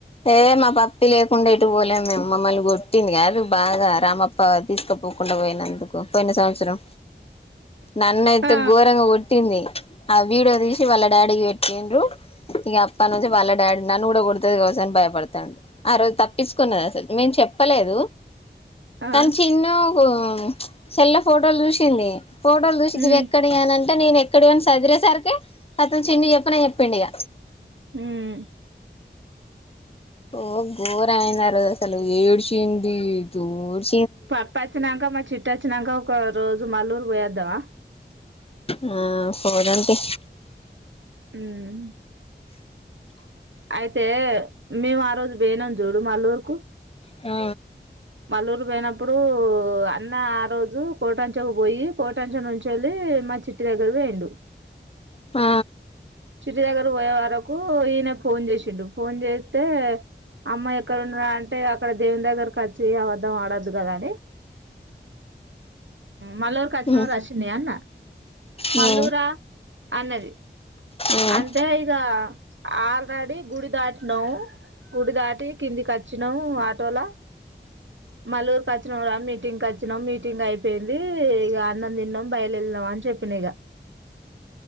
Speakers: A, on the left; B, on the right.
A: ఏ మా పప్పి లేకుండా ఇటు పోలేము మే మమ్మల్ని కొట్టింది కాదు బాగా రామప్ప తీసుకపోకుండా పోయినందుకు పోయిన సంవత్సరం నన్నైయితే
B: ఆ
A: గోరంగా గొట్టి పట్టింది ఆ వీడియో తీసి వాళ్ళ డాడీకి పెట్టిండ్రు ఇగ పని వచ్చి వాళ్ళ డాడీ నన్ను కూడ కొడతది కచ్చు అని భయపడతండూ ఆ రోజు తపిచకున్నది అసలు మేం చెప్పలేదు
B: ఆ
A: తను చిన్న ఓ చెల్ల ఫోటోలు చూసింది ఫోటోలు చూసి
B: ఉమ్
A: ఇవి ఎక్కడయనంటే అంటే నేను ఎక్కడ పోనా చదిరే సరికె అతం చిన్ని చెప్పన చెప్పిం ఇగ
B: ఉమ్
A: ఓ గోరమైంది ఆరోజు అసలు ఏడ్చింది దోడ్
B: పప్ప వచ్చినాక మా చిట్టొచ్చినాక ఇ రోజు మాలూరు పోయాద్దామ
A: ఆ పోదం తీ
B: హమ్ అయితే మేము ఆ రోజు బెనాం చూడు మల్లూరుకు
A: ఆ
B: మల్లూరు పోయినప్పుడు అన్న ఆ రోజు కోటాంచకు పోయి కోటాంచా నుంచి వెల్లి మా చిట్టి దగ్గర పోయిండు
A: ఆ
B: చిటి దగ్గర పోయే వరకు ఈయన ఫోన్ చేసిండు ఫోన్ చేస్తే అమ్మాయి ఎక్కడ ఉన్నద అంటే అక్కడ దేవున్ దగ్గరకి వచ్చి అ వద్దాం ఆడద్దు కదా అని మల్లూరుకిచ్చిన
A: ఉమ్
B: రసిండ అన్న మల్లూరా
A: ఉమ్
B: అన్నది
A: ఉమ్
B: అంతే ఇగ ఆల్రాడి గుడి దాటినావ్ గుడి దాటి కిందికి అచ్చినం ఆటోల మల్లూరుకి వచ్చినం రా మీటింగ్కి వచ్చినాం మీటింగ్ అయిపోయింది ఇగ అన్నం తిన్నాం బయలు వెళ్ళినాం అని చెప్పిన ఇగ